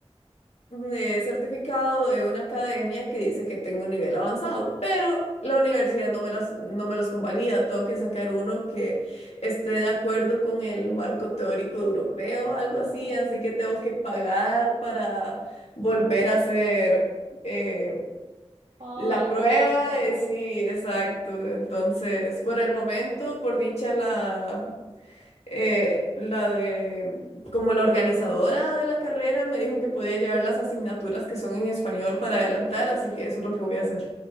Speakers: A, on the left (about 80°); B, on the right (about 75°).
A: me certificado de una academia que dice que tengo un nivel avanzado, pero la universidad no me las, no me los convalida. Tengo que sacar uno que esté de acuerdo con el marco teórico europeo, algo así,
B: Ah,
A: así que tengo que pagar para volver a hacer eh,
B: Otro
A: la prueba.
B: curso
A: eh,
B: más.
A: sí, exacto. Entonces, por el momento, por dicha la eh, la de, como la organizadora de la carrera me dijo que podía llevar las asignaturas que son en español para adelantar, así que eso es lo que voy a hacer.